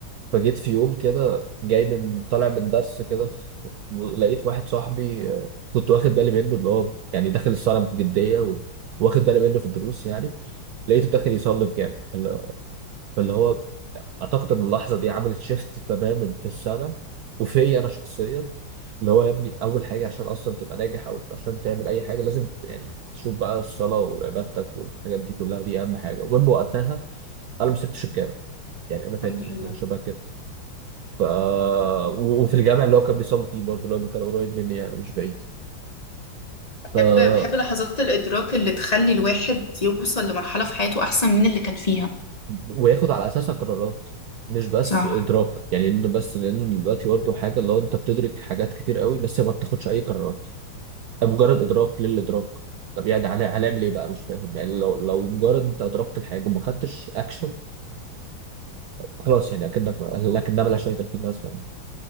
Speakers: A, on the right; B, on the left.
A: فجيت في يوم كده جاي من طالع من درس كده ف- لقيت واحد صاحبي آه، كنت واخد بالي منه اللي هو يعني داخل الصلاة بجدية و- واخد بالي منه في الدروس يعني لقيته داخل يصلي في جامع فاللي فاللي هو اعتقد ان اللحظه دي عملت شيفت تماما في السنه وفي انا شخصيا اللي هو يا ابني اول حاجه عشان اصلا تبقى ناجح او عشان تعمل اي حاجه لازم ت- يعني تشوف بقى الصلاه وعبادتك والحاجات دي كلها دي اهم حاجه ومن وقتها انا ما سبتش الجامع يعني انا فاكر
B: الحمد لله
A: حاجه شبه كده ف و- وفي الجامع اللي هو كان بيصلي فيه برضه لانه كان قريب مني يعني مش بعيد
B: بحب
A: ف
B: بحب لحظات الإدراك اللي تخلي الواحد يوصل لمرحلة في حياته أحسن من اللي كان فيها
A: وياخد على اساسها قرارات مش بس
B: صح
A: ادراك يعني انه بس لان دلوقتي برضه حاجه اللي هو انت بتدرك حاجات كتير قوي بس ما بتاخدش اي قرارات مجرد ادراك للادراك طب يعني هن- هنعمل ايه بقى مش فاهم يعني لو لو مجرد انت ادركت الحاجه وما خدتش اكشن خلاص يعني اكنك لكن ده ملهاش اي 30 لازمه يعني